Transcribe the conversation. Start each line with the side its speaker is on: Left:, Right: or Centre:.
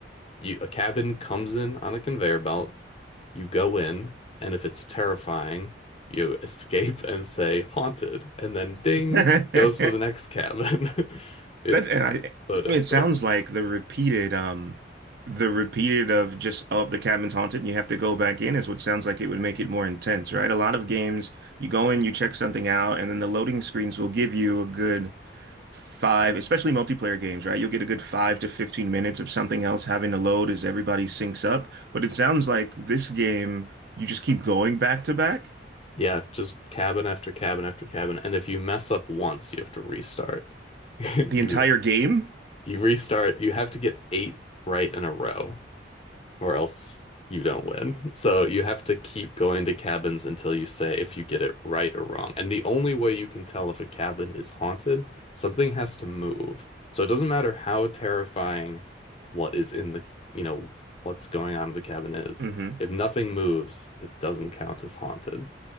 Left: you a cabin comes in on a conveyor belt. You go in, and if it's terrifying, you escape <laughs> and say haunted, and then ding
Right: <laughs>
Left: goes to the next cabin. <laughs> It's
Right: That and I,
Left: so difficult.
Right: it sounds like the repeated, um, the repeated of just oh the cabin's haunted and you have to go back in is what sounds like it would make it more intense, right? A lot of games, you go in, you check something out, and then the loading screens will give you a good five, especially multiplayer games, right? You'll get a good five to 15 minutes of something else having to load as everybody syncs up. But it sounds like this game, you just keep going back to back
Left: Yeah, just cabin after cabin after cabin. And if you mess up once, you have to restart. <laughs>
Right: the
Left: You
Right: entire game.
Left: you restart, you have to get eight right in a row. or else you don't win. <laughs> So you have to keep going to cabins until you say if you get it right or wrong. And the only way you can tell if a cabin is haunted, something has to move. So it doesn't matter how terrifying what is in the, you know, what's going on in the cabin is.
Right: Mm-hmm.
Left: If nothing moves, it doesn't count as haunted.